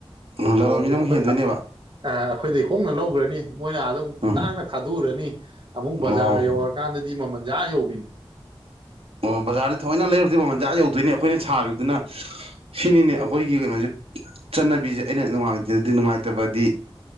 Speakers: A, on the right; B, on the right.
A: ꯅ ꯂꯔꯣꯏꯃꯤꯅ
B: ꯇꯣꯡꯉ
A: ꯑꯃꯨꯛ
B: ꯑꯩꯈꯣꯏ
A: ꯍꯦꯟꯗꯣꯏꯅꯦꯕ
B: ꯑꯩꯈꯣꯏꯗꯩ ꯍꯣꯡꯅ ꯂꯧꯈ꯭ꯔꯅꯤ ꯃꯣꯏꯅ ꯑꯗꯨꯝ
A: ꯎꯝ
B: ꯇꯥꯡꯅ ꯊꯥꯗꯣꯛꯎꯔꯅꯤ ꯑꯃꯨꯛ
A: ꯑꯣ
B: ꯕꯖꯥꯔ ꯌꯧꯔꯀꯥꯟꯗꯗꯤ ꯃꯃꯜ ꯌꯥꯍ ꯌꯧꯕꯤꯅꯤ
A: ꯑꯣ ꯖꯥ ꯊ ꯍꯅ ꯂꯩꯔ ꯑꯗꯨ ꯃꯃꯟꯖꯥꯛ ꯌꯧꯗꯣꯏꯅꯦ ꯑꯩꯈꯣꯏꯅ ꯁꯥꯈꯤꯕꯗꯨꯅ ꯁꯤꯅꯤꯅꯦ
B: ꯑ,
A: ꯑꯩꯈꯣꯏꯒꯤ ꯀꯩꯅꯣꯁꯦ ꯆꯠꯅꯕꯤꯁꯦ ꯑꯩꯅ ꯅꯨꯡꯉꯖꯗꯤ ꯅꯨꯡꯉꯥꯏꯇꯕꯗꯤ